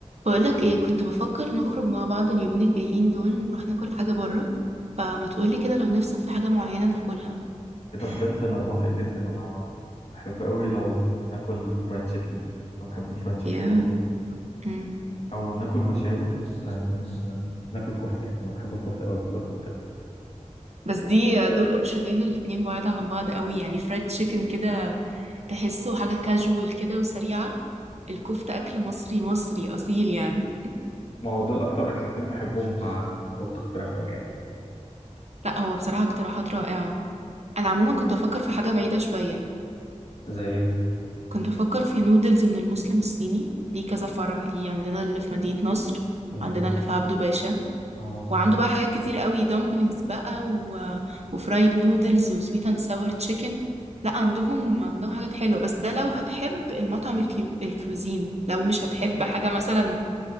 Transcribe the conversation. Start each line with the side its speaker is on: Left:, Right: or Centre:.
Right: بقولك ايه كنت بفكر نخرج مع بعض اليومين الجايين دول نروح ناكل حاجة بره فما تقولي كده لو نفسك في حاجة معينة تاكلها
Left: كده بجد انا موافق جدا انا بحب قوي لو ناكل فرايد تشيكن انا بحب الفرايد تشيكن
Right: يا
Left: قوي
Right: امم
Left: او ناكل مشاوي لان ناكل كفته يعني انا بحب الكفته قوي بجد
Right: بس دي دول اوبشنين الاتنين بعاد عن بعض قوي يعني فرايد تشيكن كده تحسه حاجة كاجوال كده وسريعة الكفتة أكل مصري مصري أصيل يعني
Left: ما هو دول اكتر اكلتين بحبهم فقلت اقترحهم يعني
Right: لا هو بصراحة اقتراحات رائعة أنا عموما كنت بفكر في حاجة بعيدة شوية
Left: زي ايه
Right: كنت بفكر في نودلز من المسلم الصيني ليه كذا فرع ليه عندنا اللي في مدينة نصر
Left: أمم،
Right: عندنا اللي في عبده باشا
Left: اه
Right: وعنده بقى حاجات كتير قوي دامبلينجز بقى و... وفرايد نودلز وسويت اند ساور تشيكن لا عندهم عندهم حاجات حلوة بس ده لو هتحب المطعم الكيو... الكوزين لو مش هتحب حاجة مثلا